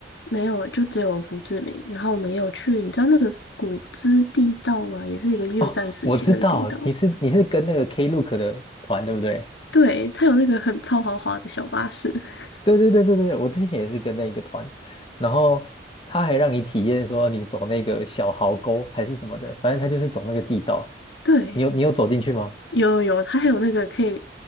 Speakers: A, on the left; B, on the left.
A: 没有诶，就只有胡志明。然后我们也有去，你知道那个古芝地道吗？也是一个越战时期的那个地道。
B: 哦，我知道，你是你是跟那个 Klook 的团，对不对？
A: 对，它有那个很超豪华的小巴士。<laughs>
B: 对对对对对，我之前也是跟那个团，然后他还让你体验说你走那个小壕沟还是什么的，反正他就是走那个地道。
A: 对，
B: 你有你有走进去吗？
A: 有有有，它还有那个可以